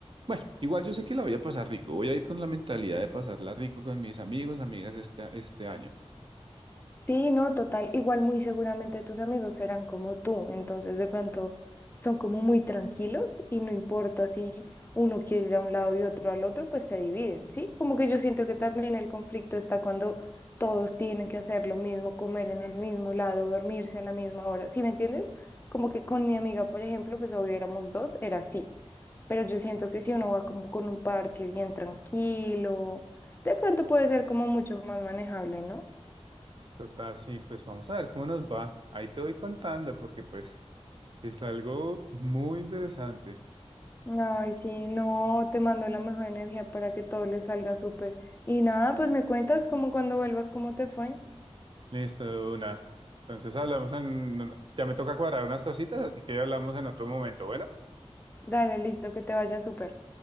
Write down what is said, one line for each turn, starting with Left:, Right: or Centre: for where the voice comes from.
Right: Bueno, igual yo sé que la voy a pasar rico, voy a ir con la mentalidad de pasarla rico con mis amigos, amigas este, este año.
Left: Sí, no, total. Igual muy seguramente tus amigos serán como tú, entonces de pronto son como muy tranquilos y no importa si uno quiere ir a un lado y otro al otro, pues se dividen, ¿sí? Como que yo siento que también el conflicto está cuando todos tienen que hacer lo mismo, comer en el mismo lado, dormirse a la misma hora, ¿sí me entiendes? Como que con mi amiga, por ejemplo, pues obvio éramos dos, era así. Pero yo siento que si uno va como con un parche bien tranquilo, de pronto puede ser como mucho más manejable, ¿no?
Right: Total, sí, pues vamos a ver cómo nos va. Ahí te voy contando porque pues es algo muy interesante.
Left: Ay, sí, no, te mando la mejor energía para que todo le salga súper. Y nada, pues me cuentas como cuando vuelvas, cómo te fue.
Right: Listo, de una. Entonces hablamos en... Ya me toca cuadrar unas cositas, así que hablamos en otro momento. Bueno.
Left: Dale, listo, que te vaya súper.